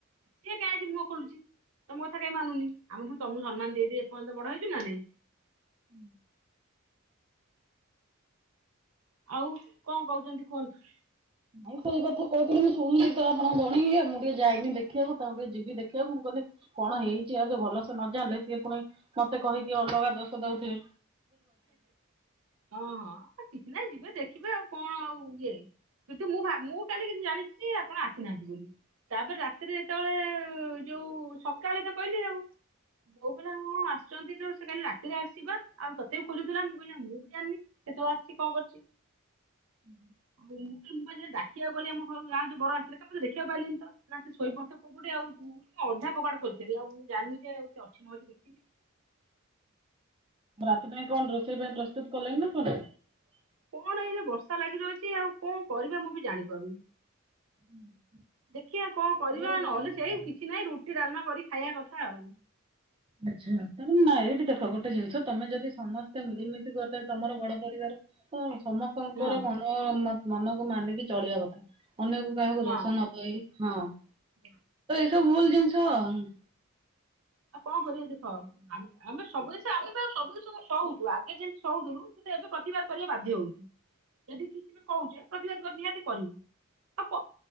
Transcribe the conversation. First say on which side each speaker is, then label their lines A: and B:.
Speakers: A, on the right; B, on the right.
A: ସେ କାଇଁ ଆଜି ମୁହଁ ଖୋଲୁଛି। ତମ କଥା କାଇଁ ମାନୁନି ଆମେ ପୁଣି ତମକୁ ସମ୍ମାନ ଦେଇ ଦେଇ ଏପର୍ଯ୍ୟନ୍ତ ବଡ ହେଇଚୁ ନା ନାଇଁ।
B: ହୁଁ
A: ଆଉ କଣ କହୁଛନ୍ତି କୁହନ୍ତୁ?
B: ନାଇଁ ସେଇ କଥା କହୁଥିଲି ମୁଁ ଶୁଣିଲି ତ ଆପଣଙ୍କ ଭଉଣି ଇଏ ମୁଁ ଟିକେ ଯାଇନି ଦେଖିବାକୁ ତାଙ୍କୁ ଟିକେ ଯିବି ଦେଖିବାକୁ ମୁଁ କ କହିଲି କଣ ହେଇଛି ଆଗେ ଭଲସେ ନ ଜାଣିଲେ କିଏ ପୁଣି ମତେ କହିକି ଅଲଗା ଦୋଷ ଦଉଥେବେ।
A: ହଁ ହଁ ଆଉ କିଛି ନାହି ଯିବେ ଦେଖିବେ ଆଉ କଣ ଆଉ ଇଏ। କିନ୍ତୁ ମୁଁ ଭାବି ମୁଁ କାଲି କି ଜାଣିଛି ଯେ ଆପଣ ଆସିନାହାନ୍ତି ବୋଲି। ତାପରେ ରାତିରେ ଯେତେବେଳେ ଯୋଉ ସକାଳେ ତ କହିଲି ଆଉ। ବୋଉ କହିଲା ହଁ ଆସୁଛନ୍ତି ତ ସେ କାଲି ରାତିରେ ଆସିଚିବା ଆଉ ତ ମତେ ଖୋଜୁଥିଲା ମୁଁ କହିଲି ମୁଁ ବି ଜାଣିନି କେତେବେଳେ ଆସିଛି କଣ କରିଛି।
B: ହୁଁ <inaudible>
A: ହଉଁ ମୁଁ ଡାିବାକୁ ଗଲି ଗାଁ ରେ ଯୋଉ ବର ଆସୁଥିଲା କାଇଁ ଦେଖିବାକୁ ପାଇଲିନି ତ କୋଉଠି ଶୋଇପଡ଼ିଛି ଗୋଟେ ଆଉ। ଅଧା କବାଟ ଖୋଲିଥିଲି । ଆଉ ମୁଁ ଜାଣ୍ ନି ଯେ ଆଉ ସେ ଅଛି ନ ଅଛି ଦେଖିନି ।
B: ରାତି ପାଇଁ କଣ ରୋଷେଇ ପାଇଁ ପ୍ରସ୍ତୁତ କଲେଣି ନା କର୍ ନ?
A: କଣ ଏଇ ଯୋଉ ବର୍ଷା ଲାଗି ରହିଛି ଆଉ କଣ କରିବା ମୁଁ କିଛି ଜାଣିପାରୁନି ।
B: <inaudible>
A: ଦେଖିଆ କଣ କରିବା
B: ଖବର ଜାଣିଲି
A: ନହେଲେ ସେଇ,
B: ତ।
A: କିଛି ନାହିଁ ରୁଟି ଡାଲମା କରି ଖାଇବା କଥା ଆଉ ।
B: ଆଛା । ତାହେଲେ ନା ଏଇଠି ଦେଖ, ଗୋଟେ ଜିନିଷ ତମେ ଯଦି ସମସ୍ତେ ମିଳିମିଶି ଗୋଟେ ତମର ବଡ ପରିବାର- <inaudible> ସମସ୍ତଙ୍କର
A: ହଁ
B: ମନ ମତ୍ ମନକୁ ମାନିକି ଚଳିବା କଥା । ଅନ୍ୟକୁ କାହାକୁ
A: ହଁ
B: ଦୋଷ ନଦେଇ- ହଁ ।
A: <inaudible>
B: ଭୁଲ ଜିନିଷ ଆଉ- ।
A: ଆଉ କଣ କରିବା ଦେଖ? ଆମ୍- ଆମେ ସବୁ କିଛି <unintelligible> ଆମେ ସବୁ ଜିନ୍ ଷକୁ ଚଅ <unintelligible> ଉଛୁ ଆଗେ ଯେମ-୍ ଶଉଥିଲୁ କିନ୍ତୁ ଏବେ ପ୍ରତିବାଦ କରିବା ବାଧ୍ୟ ହଉଛୁ । ଯଦି କିଛି ବି କହୁଛେ ପ୍ରତିବାଦ କର୍- ନିହାତି କରିବୁ କ